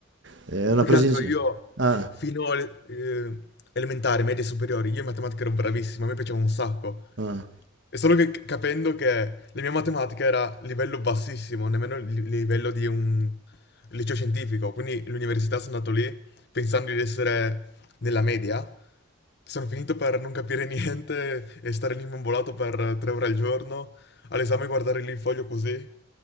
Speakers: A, on the right; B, on the left.
A: È
B: Ma
A: una
B: più
A: presa
B: che altro
A: in giro.
B: io
A: Ah,
B: fino alle eh, elementari, medie e superiori, io in matematica ero bravissimo, a me piaceva un sacco.
A: ah,
B: E solo che c- capendo che la mia matematica era livello bassissimo, nemmeno il li- livello di un liceo scientifico, quindi l'università sono andato lì pensando di essere nella media, sono finito per non capire niente e stare lì imbambolato per tre ore al giorno, all'esame guardare lì il foglio così.